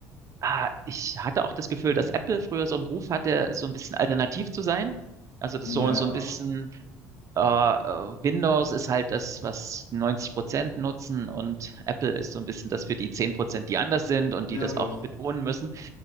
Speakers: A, on the right (about 45°); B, on the left (about 70°).
A: ah, ich hatte auch das Gefühl, dass Apple früher so einen Ruf hatte, so ein bisschen alternativ zu sein. Also das so,
B: Ja.
A: so ein bisschen. Äh, äh, Windows ist halt das, was 90 Prozent nutzen und Apple ist so ein bisschen das für die 10 Prozent, die anders sind und
B: Ja,
A: die das
B: doch.
A: auch betonen müssen.